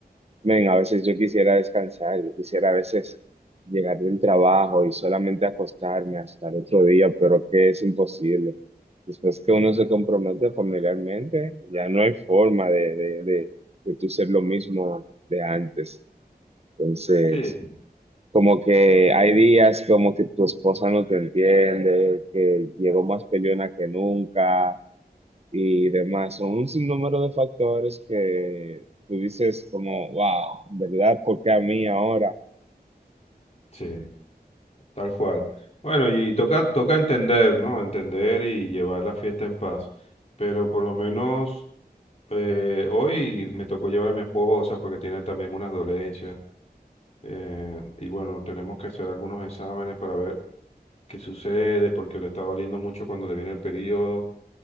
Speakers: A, on the right; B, on the left.
A: men, a veces yo quisiera descansar, yo quisiera a veces llegar del trabajo y solamente acostarme hasta el otro día, pero que es imposible. Después que uno se compromete familiarmente, ya no hay forma de, de, de, de tú ser lo mismo de antes. Entonces...
B: Sí.
A: Como que
B: es un-
A: hay días como que tu esposa no te entiende, que llegó más peleona que nunca y demás. Son un sinnúmero de factores que tú dices como, wow, ¿verdad? ¿por qué a mí ahora?
B: Sí. Tal cual. Bueno, y toca, toca entender, ¿no? Entender y llevar la fiesta en paz. Pero por lo menos eh, hoy me tocó llevar a mi esposa porque tiene también unas dolencias. eh, y bueno, tenemos que hacer algunos exámenes para ver qué sucede porque le está doliendo mucho cuando le viene el periodo.